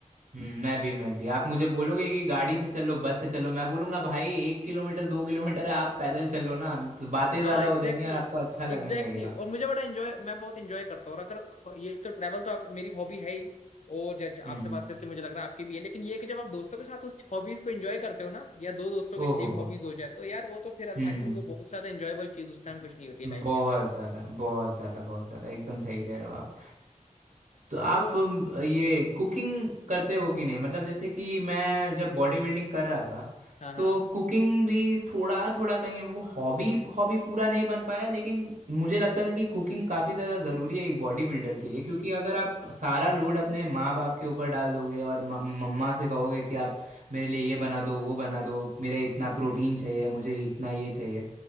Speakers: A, on the right; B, on the left.
A: हम्म, मैं भी मैं भी आप मुझे बोलोगे कि गाड़ी से चलो बस से चलो मैं बोलूंगा भाई एक किलोमीटर दो किलोमीटर है आप पैदल चलो ना बातें
B: हाँ
A: ज्यादा
B: एग्जैक्टली
A: हो जाएंगी और आपको अच्छा लगने
B: एग्जैक्टली
A: लगेगा
B: exactly. और मुझे बड़ा इंजॉय मैं बहुत इंजॉय करता हूँ और अगर ये तो ट्रैवल तो आप मेरी हॉबी है ही और जब आपसे
A: हम्म हम्म
B: बात करके मुझे लग रहा है आपकी भी है लेकिन ये है कि जब आप दोस्तों के साथ उस हॉबीज को एंजॉय करते हो ना या दो दोस्तों
A: ओहो
B: की सेम
A: हो
B: हॉबीज
A: हो
B: हो जाए तो यार वो तो फिर आई
A: हम्म
B: थिंक वो बहुत ज्यादा एंजॉयबल चीज उस टाइम कुछ नहीं होती लाइफ
A: बहुत
B: के अंदर
A: ज़्यादा बहुत ज़्यादा बहुत ज़्यादा एकदम सही कह रहे हो आप तो आप
B: तो
A: अम, ये
B: हम्म,
A: कुकिंग करते हो कि नहीं मतलब जैसे कि मैं जब बॉडी बिल्डिंग कर रहा था
B: हाँ हाँ
A: तो कुकिंग भी थोड़ा थोड़ा कहीं वो हॉबी हॉबी पूरा नहीं बन पाया लेकिन मुझे लगता था कि कुकिंग काफ़ी ज़्यादा ज़रूरी है एक बॉडी बिल्डर के लिए क्योंकि अगर आप सारा लोड अपने माँ बाप के ऊपर डाल दोगे और म- मम्मा से कहोगे कि आप मेरे लिए ये बना दो वो बना दो मेरे इतना
B: हम्म, हम्म।
A: प्रोटीन चाहिए मुझे इतना ये चाहिए